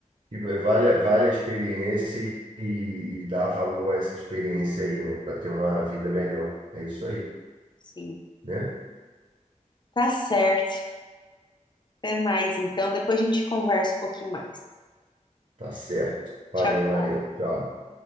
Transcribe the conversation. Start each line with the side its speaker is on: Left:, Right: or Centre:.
Right: E va- vale, a- vale a experiência e, e dar valor a essa experiência aí, né? Para ter uma vida melhor. É isso aí,
Left: Sim,
Right: né?
Left: tá certo. Até mais, então, depois a gente conversa um pouquinho mais.
Right: Tá certo. Valeu,
Left: Tchau.
Right: valeu. Tchau.